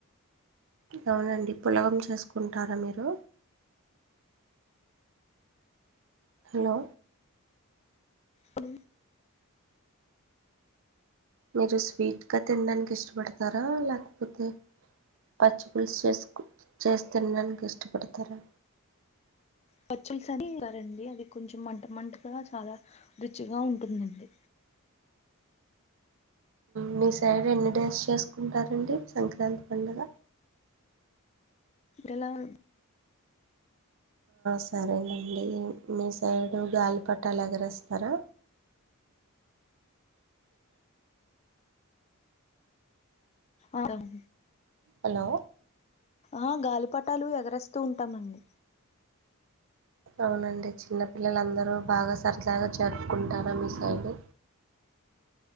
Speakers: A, on the right; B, on the left.
A: అవునండి పులగం చేసుకుంటారా మీరు హలో
B: ఆ
A: మీరు స్వీట్గా తినడానికి ఇష్టపడతారా లేకపోతే పచ్చి పలుసు చేసు చేసి తినడానికి ఇష్టపడతారా
B: పచ్చల్స్ అని చేస్తారండి అది కొంచెం మంట మంటగా చాలా రుచిగా ఉంటుందండి
A: మీ సైడ్ ఎన్ని డేస్ చేసుకుంటారండి సంక్రాంతి పండగ.
B: ఎలావ
A: సరేనండి మీ సైడు గాలిపటాలు ఎగర వేస్తారా
B: అవును
A: హలో
B: ఆ గాలిపటాలు ఎగరేస్తూ ఉంటామండి
A: అవునండి చిన్నపిల్లలుందరూ బాగా సరదాగా జరుపుకుంటారు మిసైడు